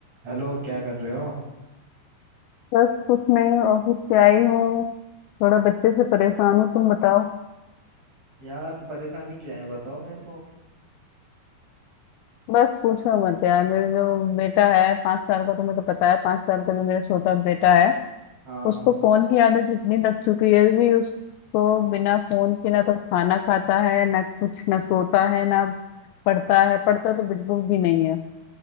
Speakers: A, on the right; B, on the left.
A: Hello क्या कर रहे हो
B: बस कुछ नहीं ऑफिस से आई हूँ थोड़ा बच्चे से परेशान हूँ तुम बताओ
A: यार परेशानी क्या है बताओ मेरे को
B: बस पूछो मत यार मेरे जो बेटा है पांच साल का तुम्हें तो पता है पांच साल का जो मेरा छोटा बेटा है
A: हाँ
B: उसको फोन की आदत इतनी लग चुकी है कि उसको बिना फोन के ना तो खाना खाता है ना कुछ ना सोता है ना पढ़ता है पढ़ता तो बिल्कुल भी नहीं है